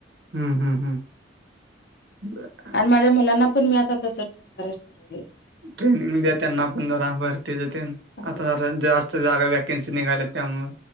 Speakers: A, on the right (about 60°); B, on the left (about 55°).
A: हम्म हम्म हम्म, बरं.
B: आणि माझ्या मुलांना पण मी आता तसं ट्रेन करायच ठरवले.
A: ट्रेनिंग द्या, त्यांना पण जरा भरतीच तेन.
B: संपला
A: आता जरा जास्त जागा वॅकेन्सी निघाल्यात त्यामुळं.